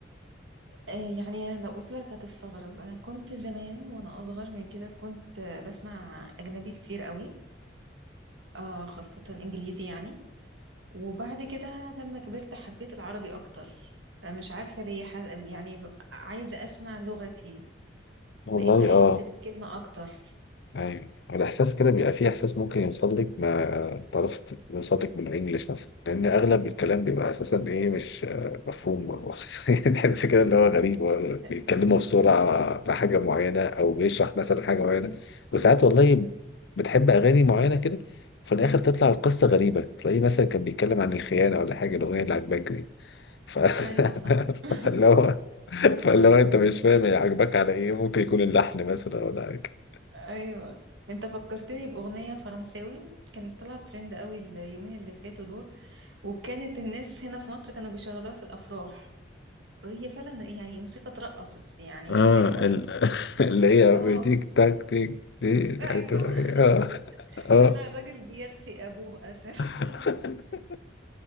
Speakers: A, on the right; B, on the left.
A: آه يعني لو قلت لك هتستغرب انا كنت زمان وانا اصغر من كده كنت آه، بسمع اجنبي كتير قوي آه خاصة انجليزي يعني وبعد كده لما كبرت حبيت العربي اكتر آه مش عارفة ليه ح... يعني ب- عايزة اسمع لغتي
B: والله
A: بقيت احس
B: اه
A: بالكلمة اكتر
B: ايوه الاحساس كده بيبقى فيه احساس ممكن يوصل لك ما تعرف يوصل لك بالانجلش مثلا لان اغلب الكلام بيبقى اساسا ايه مش آه، مفهوم <laughs> يعني تحس كده ان هو غريب هو
A: آه،
B: بيتكلموا بسرعه في حاجه معينه او بيشرح مثلا حاجه معينه وساعات والله بتحب اغاني معينه كده في الاخر تطلع القصه غريبه تلاقيه مثلا كان بيتكلم عن الخيانه ولا حاجه الاغنيه اللي عجباك دي ف... <laughs>
A: ايوه صح <laughs>
B: فاللي هو فاللي هو انت مش فاهم هي عجباك على ايه ممكن يكون اللحن مثلا ولا حاجه
A: ايوه انت فكرتني باغنيه فرنساوي كانت طلعت ترند قوي اليومين اللي فاتوا دول وكانت الناس هنا في مصر كانوا بيشغلوها في الافراح وهي فعلا يعني موسيقى ترقص يعني
B: اه
A: حلوه
B: ال... <laughs> اللي هي
A: اه
B: بتيك تاك تيك دي بتقول
A: ايوه
B: إيه؟ اه
A: <laughs>
B: اه
A: طلع الراجل بيرثي ابوه اساسا
B: <laughs>
A: <laughs>